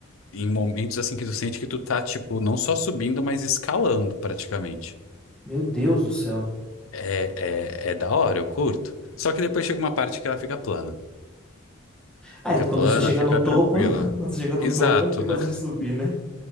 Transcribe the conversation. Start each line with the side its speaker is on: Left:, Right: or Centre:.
Left: Em momentos assim que tu sente que tu tá, tipo, não só subindo, mas escalando praticamente.
Centre: Meu Deus do céu.
Left: É, é, é da hora, eu curto. Só que depois chega uma parte que ela fica plana.
Centre: Ah,
Left: Fica
Centre: e quando
Left: plana,
Centre: você chega
Left: fica
Centre: no topo,
Left: tranquila.
Centre: <laughs> quando você chega no
Left: Exato,
Centre: topo, não tem mais
Left: né? <laughs>
Centre: onde subir, né?